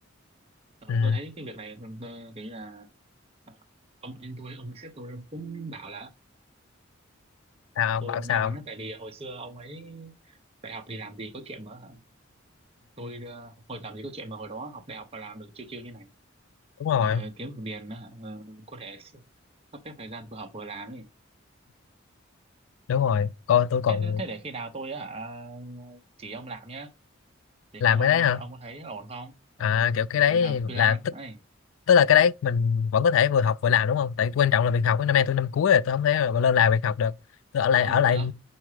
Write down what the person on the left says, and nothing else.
ừ.
sao
ông bảo sao
đúng rồi
đúng rồi coi tôi còn
làm
cái đấy
hả
à
kiểu cái đấy
là tức
tức là cái đấy mình vẫn có thể vừa học vừa làm đúng không tại quan trọng là việc học ấy. năm nay tôi năm cuối rồi tôi không thể mà lơ là việc học được tôi ở lại
ở lại